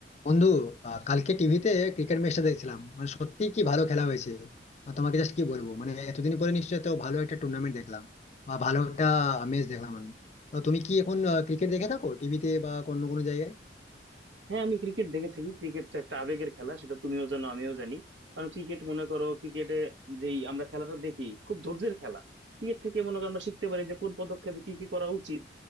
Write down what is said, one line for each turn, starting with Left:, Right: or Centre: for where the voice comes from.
Left: বন্ধু আহ, কালকে টিভিতে ক্রিকেট ম্যাচটা দেখছিলাম মানে সত্যি কি ভালো খেলা হয়েছে আর তোমাকে জাস্ট কি বলবো মানে এতদিন পরে নিশ্চয়ই তো ভালো একটা টুর্নামেন্ট দেখলাম বা ভালো একটা ম্যাচ দেখলাম আমি তো তুমি কি এখন ক্রিকেট দেখে থাকো টিভিতে বা অন্য কোনো জায়গায়
Right: হ্যাঁ আমি ক্রিকেট দেখে থাকি ক্রিকেট তো একটা আবেগের খেলা সেটা তুমিও জানো আমিও জানি কারণ ক্রিকেট মনে করো ক্রিকেটে যেই আমরা খেলাটা দেখি খুব ধৈর্যের খেলা ক্রিকেট থেকে মনে করো আমরা শিখতে পারি যে কোন পদক্ষেপে কি কি করা উচিত